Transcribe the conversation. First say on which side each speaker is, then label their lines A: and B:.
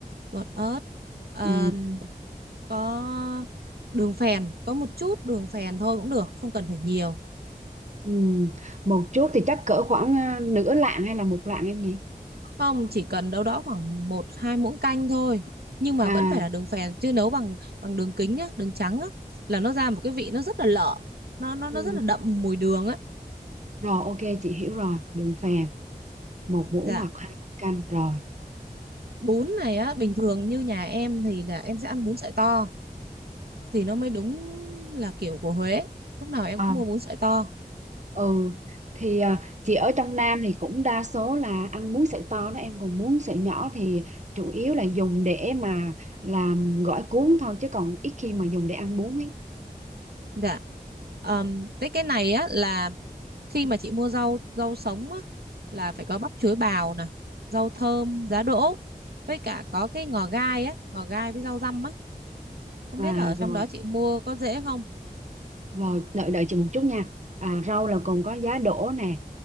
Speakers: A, on the right; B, on the right.
A: bột ớt Ờm,
B: ừ,
A: có đường phèn có một chút đường phèn thôi cũng được không cần phải nhiều
B: ừ. một chút thì chắc cỡ khoảng à, nửa lạng hay là một lạng em nhỉ
A: không chỉ cần đâu đó khoảng một hai muỗng canh thôi nhưng mà
B: à
A: vẫn phải là đường phèn chứ nấu bằng bằng đường kính nhá đường trắng á là nó ra một cái vị nó rất là lợ nó nó nó
B: ừ.
A: rất là đậm mùi đường á
B: rồi ok chị hiểu rồi đường phèn một muỗng
A: dạ
B: hoặc hai muỗng canh rồi
A: bún này á bình thường như nhà em thì là em sẽ ăn bún sợi to thì nó mới đúng là kiểu của Huế lúc nào em
B: à,
A: cũng mua bún sợi to
B: ừ thì à, chị ở trong Nam thì cũng đa số là ăn muối sợi to đó em còn muối sợi nhỏ thì chủ yếu là dùng để mà làm gỏi cuốn thôi chứ còn ít khi mà dùng để ăn bún ấy
A: dạ Ờm, với cái này á là khi mà chị mua rau rau sống á là phải có bắp chuối bào nè rau thơm giá đỗ với cả có cái ngò gai á ngò gai với rau răm á không
B: à
A: biết là ở trong
B: rồi
A: đó chị mua có dễ không
B: rồi đợi đợi chị một chút nha à, rau là còn có giá đỗ nè